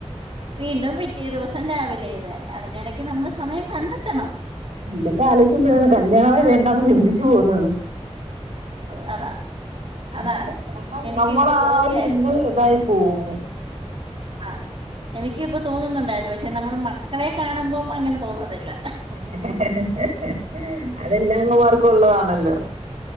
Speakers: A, on the right (about 55°); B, on the right (about 80°).
A: വീണ്ടും പിറ്റേ ദിവസം രാവിലെ തന്നെ അതിനിടയ്ക്ക് നമ്മള് സമയം കണ്ടെത്തണം
B: ഇീടൊക്കെ ആലോചിക്കുമ്പഴാണ് കല്യാണമേ വേണ്ടാന്ന് ചിന്തിച്ചു പോകുന്നത്
A: അത് അതാ
B: <unintelligible>
A: അതാണ്
B: കാരണം
A: എനിക്ക്
B: നമ്മൾ
A: ഇപ്പൊ
B: ആ
A: തോന്നിയായിരുന്നു
B: ഒരു ചിന്ത ഇതായി പോകുന്നു
A: ആ എനിക്കിപ്പോൾ തോന്നുന്നുണ്ടായിരുന്നു പക്ഷെ നമ്മൾ മക്കളെ കാണുമ്പം അങ്ങനെ തോന്നുന്നുന്നല്ല
B: <unintelligible> അതെല്ലാ ഉമാർക്കും ഉള്ളതാണല്ലോ